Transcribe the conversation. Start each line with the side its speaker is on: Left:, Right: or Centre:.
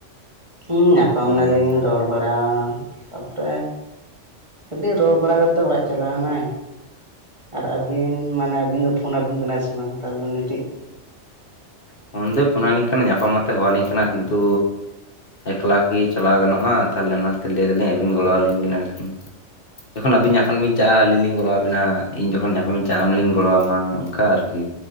Right: ᱦᱩᱸ ᱧᱟᱯᱟᱢ
Left: ᱚ
Right: ᱱᱟ ᱞᱤᱧ ᱨᱚᱲ ᱵᱟᱲᱟ ᱛᱟᱯᱚᱨᱮ ᱠᱟᱹᱴᱤᱡ ᱨᱚᱲ ᱵᱟᱲᱟ ᱠᱟᱛᱮ ᱚᱲᱟᱜ ᱪᱟᱞᱟᱣ ᱱᱟᱭ᱾ ᱟᱨ ᱟᱹᱵᱤᱱ ᱢᱟᱱᱮ ᱟᱹᱵᱤᱱ ᱫᱚ ᱯᱷᱳᱱᱟᱵᱤᱱ ᱠᱟᱱᱟᱭ ᱥᱮ ᱵᱟᱝ ᱛᱟᱦᱚᱞᱮ ᱱᱩᱭ ᱴᱤᱡ
Left: ᱯᱷᱳᱱ ᱫᱚᱭ ᱯᱷᱳᱱᱟᱹᱞᱤᱧ ᱠᱟᱱᱟ ᱧᱟᱯᱟᱢ ᱢᱟᱛᱚ ᱦᱚᱦᱚ ᱟᱹᱞᱤᱧ ᱠᱟᱱᱟ ᱠᱤᱱᱛᱩ ᱮᱠᱞᱟ ᱠᱤ ᱪᱟᱞᱟᱣ ᱜᱟᱱᱚᱜᱼᱟ ᱛᱟᱦᱚᱞᱮ ᱚᱱᱟ ᱠᱷᱟᱹᱛᱤᱨ ᱞᱟᱹᱭ ᱫᱟᱞᱤᱧ ᱟᱹᱵᱤᱱ ᱜᱚᱲᱚ ᱟᱹᱞᱤᱧ ᱵᱤᱱ ᱮᱸᱰᱮᱠᱷᱟᱱ ᱡᱚᱠᱷᱚᱱ ᱟᱹᱵᱤᱱ ᱧᱟᱯᱟᱢ ᱵᱤᱱ ᱪᱟᱞᱟᱜᱼᱟ ᱟᱹᱞᱤᱧ ᱞᱤᱧ ᱜᱚᱲᱚ ᱟᱵᱱᱟ ᱤᱧ ᱡᱚᱠᱷᱚᱱ ᱧᱟᱯᱟᱢ ᱤᱧ ᱪᱟᱞᱟᱜᱼᱟ ᱟᱢ ᱞᱤᱧ ᱜᱚᱲᱚ ᱟᱢᱟ ᱚᱱᱠᱟ ᱟᱨᱠᱤ᱾